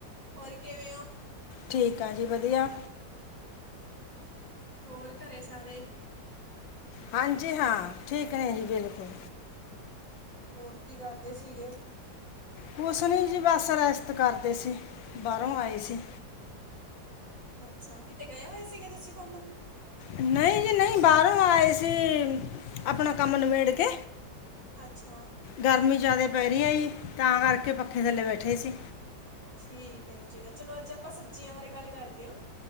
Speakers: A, on the right; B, on the left.
A: ਹੋਰ ਕਿਵੇਂ ਹੋ?
B: ਠੀਕ ਆ ਜੀ, ਵਧੀਆ
A: ਹੋਰ ਘਰੇ ਸਾਰੇ
B: ਹਾਂਜੀ ਹਾਂ। ਠੀਕ ਨੇ, ਜੀ ਬਿਲਕੁਲ।
A: ਹੋਰ ਕੀ ਕਰਦੇ ਸੀਗੇ?
B: ਕੁਛ ਨੀ ਜੀ, ਬਸ ਰੈਸਟ ਕਰਦੇ ਸੀ, ਬਾਹਰੋਂ ਆਏ ਸੀ।
A: ਅੱਛਾ ਕਿਤੇ ਗਏ ਹੋਏ ਸੀਗੇ ਤੁਸੀਂ ਘੁੰਮਣ
B: ਨਹੀਂ ਜੀ ਨਹੀਂ ਬਾਹਰੋਂ ਆਏ ਸੀ ਆਪਣਾ ਕੰਮ ਨਬੇੜ ਕੇ
A: ਅੱਛਾ।
B: ਗਰਮੀ ਜ਼ਿਆਦਾ ਪੈਰ ਰਹੀ ਆ ਜੀ ਤਾਂ ਕਰਕੇ ਪੱਖੇ ਥੱਲੇ ਬੈਠੇ ਸੀ
A: ਠੀਕ ਹੈ ਜੀ ਠੀਕ ਚਲੋ ਅੱਜ ਆਪਾਂ ਸਬਜ਼ੀਆਂ ਬਾਰੇ ਗੱਲ ਕਰਦੇ ਹਾਂ।